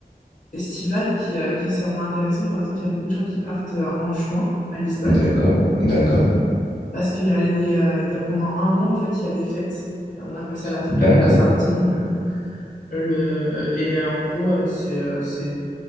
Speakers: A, on the left; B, on the left.
A: estivales qui, euh, qui seront intéressantes. Par exemple, il y a beaucoup de gens qui partent euh, en juin à Lisbonne
B: d'accord, d'accord,
A: parce qu'il y a les, euh, il y a pendant un mois, en fait, il y a des fêtes. On appelle ça la fête
B: d'accord.
A: de la sardine. euh, le... Et euh, en gros, euh, c'est, euh, c'est...